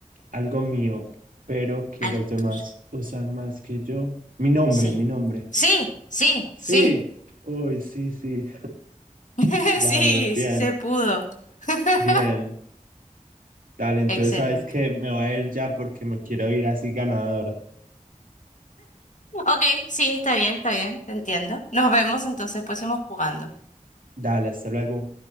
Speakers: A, on the right; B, on the left.
A: algo mío, pero que
B: algo
A: los demás
B: tuyo.
A: usan más que yo. Mi nombre,
B: Sí.
A: mi nombre.
B: Sí, sí,
A: Sí,
B: sí.
A: uy, sí, sí,
B: <laughs>
A: vamos,
B: Sí,
A: bien.
B: sí se pudo. <laughs>
A: Bien. Dale, entonces
B: Excelente.
A: sabes que me voy a ir ya porque me quiero ir así ganadora.
B: Ok, sí, está bien, está bien, te entiendo. Nos vemos entonces, pues seguimos jugando.
A: Dale, hasta luego.